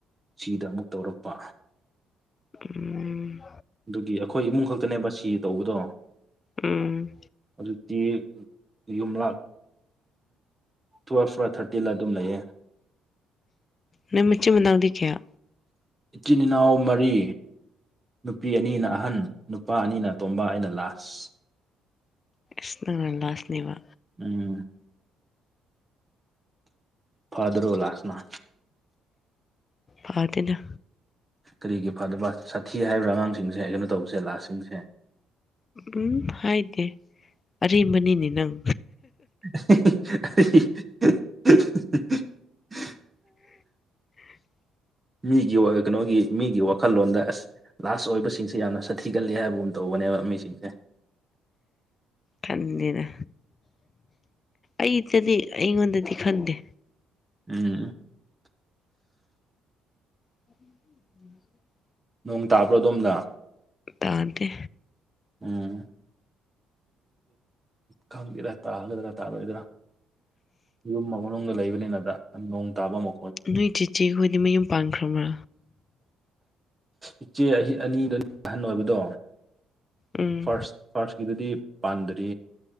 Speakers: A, on the right; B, on the left.
A: ꯁꯤꯗ ꯑꯃꯨꯛ ꯇꯧꯔꯛꯄ
B: ꯎꯝ
A: ꯑꯗꯨꯒꯤ ꯑꯩꯈꯣꯏ ꯏꯃꯨꯡ ꯈꯛꯇꯅꯦꯕ ꯁꯤ ꯇꯧꯕꯗꯣ
B: ꯎꯝ
A: ꯑꯗꯨ ꯇꯤ ꯌꯨꯝꯂꯛ ꯇꯨꯋꯦꯜꯐ ꯔ ꯊꯥꯔꯇꯤꯗ ꯑꯗꯨꯝ ꯂꯩꯌꯦ
B: ꯅꯪ ꯃꯆꯤꯟ ꯃꯅꯥꯎꯗꯤ ꯀꯌꯥ
A: ꯏꯆꯤꯟ ꯏꯅꯥꯎ ꯃꯔꯤ ꯅꯨꯄꯤ ꯑꯅꯤꯅ ꯑꯍꯟ ꯅꯨꯄꯥ ꯑꯅꯤꯅ ꯇꯣꯝꯕ ꯑꯩꯅ ꯂꯥꯁ
B: ꯁꯤ ꯇꯪꯅ ꯂꯁꯅꯦꯕ
A: ꯎꯝ ꯐꯗ꯭ꯔꯣ ꯂꯥꯛꯅ
B: ꯐꯥꯗꯅ
A: ꯀꯔꯤꯒꯤ ꯐꯗꯕ ꯁꯥꯊꯤ ꯍꯥꯏꯕ꯭ꯔꯥ ꯑꯉꯥꯡꯁꯤꯡꯁꯦ ꯀꯩꯅꯣ ꯇꯧꯕꯁꯦ ꯂꯥꯁꯁꯤꯡꯁꯦ
B: ꯎꯝ ꯍꯥꯏꯗꯦ ꯑꯦꯝꯕꯅꯤꯅꯦ ꯅꯪ
A: <inaudible>
B: <unintelligible>
A: ꯃꯤꯒꯤ ꯀꯩꯅꯣꯒꯤ ꯃꯤꯒꯤ ꯋꯥꯈꯜꯂꯣꯟꯗ ꯑꯁ ꯂꯥꯁ ꯑꯣꯏꯕꯁꯤꯡꯁꯦ ꯌꯥꯝꯅ ꯁꯥꯊꯤꯒꯜꯂꯤ ꯍꯥꯏꯕꯒꯨꯝ ꯇꯧꯕꯅꯦꯕ ꯃꯤꯁꯤꯡꯁꯦ
B: ꯈꯟꯗꯦꯅ ꯑꯩꯗꯗꯤ ꯑꯩꯉꯣꯟꯗꯗꯤ ꯈꯟꯗꯦ
A: ꯎꯝ
B: <unintelligible>
A: ꯅꯣꯡ ꯇꯥꯕ꯭ꯔꯣ ꯑꯗꯣꯝꯅ
B: ꯇꯗꯤ
A: ꯎꯝ ꯈꯪꯒꯦꯔꯥ ꯇꯥꯒꯗ꯭ꯔꯥ ꯇꯥꯔꯣꯏꯗ꯭ꯔꯥ ꯌꯨꯝ ꯑꯃ ꯃꯅꯨꯡꯗꯅꯨꯡ ꯂꯩꯕꯅꯤꯅꯗ ꯅꯣꯡ ꯇꯥꯕ ꯑꯃ
B: ꯅꯣꯏ ꯆꯤꯆꯦꯈꯣꯏꯗꯤ ꯃꯌꯨꯝ ꯄꯥꯟꯈ꯭ꯔꯕ꯭ꯔꯥ
A: ꯏꯆꯦ ꯑ ꯑꯅꯤꯗꯨ ꯑꯍꯟ ꯑꯣꯏꯕꯗꯣ
B: ꯎꯝ
A: ꯐꯥꯔꯁ ꯐꯥꯔꯁꯀꯤꯗꯗꯤ ꯄꯥꯟꯗ꯭ꯔꯤ